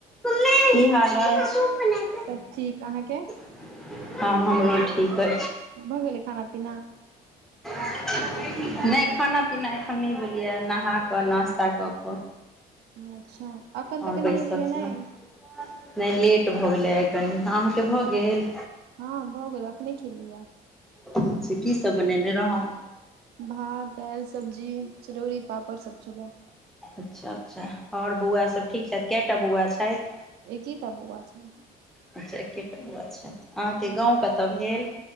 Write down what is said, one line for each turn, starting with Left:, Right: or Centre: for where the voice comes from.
Centre: कि हाल अछि
Right: सब ठीक अहाँके
Centre: <unintelligible> हँ हमरो ठीक है
Right: भऽ गेलै खाना-पीना?
Centre: <unintelligible> नहि खाना-पीना एखन नहि भेलैए, नहा कऽ नाास्ता कऽ कऽ
Right: अच्छा। अखन
Centre: आओर
Right: तक
Centre: बैसल
Right: नहेलियै
Centre: छलहुँ
Right: नहि?
Centre: नहि, लेट भऽ गेलै आइ कनि। अहाँके भऽ गेल?
Right: हँ भऽ गेल, अखने खेलियै
Centre: अच्छा की सब बनेने रहौँ?
Right: भात, दायल, सब्जी, चरौड़ी, पापड़ सभ छलय
Centre: अच्छा-अच्छा, आओर बौआ सभ ठीक छथि, कएटा बौआ छैथ
Right: एकिटा बौआ छै
Centre: अच्छा एकेटा बौआ छैथ। अहाँके
Right: हूँ
Centre: गाँव केतऽ भेल?